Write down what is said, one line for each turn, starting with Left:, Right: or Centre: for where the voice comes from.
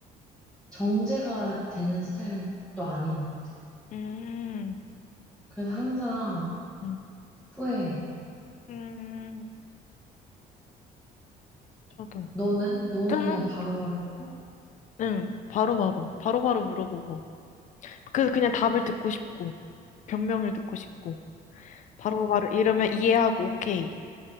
Centre: 정제가 되는 스타일은 또 아닌 것 같아.
Left: 음,
Centre: 그래서 항상
Left: 음,
Centre: 후회해.
Left: 음, 저도.
Centre: 너는? 너는
Left: 저는,
Centre: 그냥 바로바로 풀어?
Left: 응 바로바로, 바로바로 물어보고. 그, 그냥 답을 듣고 싶고, 변명을 듣고 싶고. 바로바로 이러면 이해하고 오케이